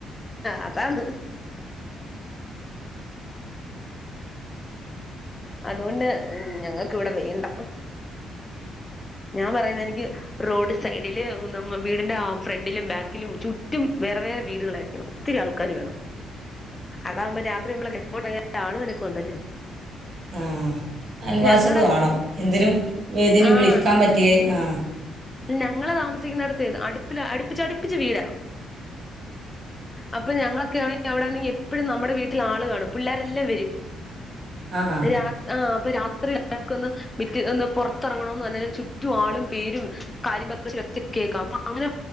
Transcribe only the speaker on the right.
ആ അയൽവാസികൾ
വാണം എന്തിനും ഏതിനും
വിളിക്കാൻ പറ്റിയേ ആ
ആ ആ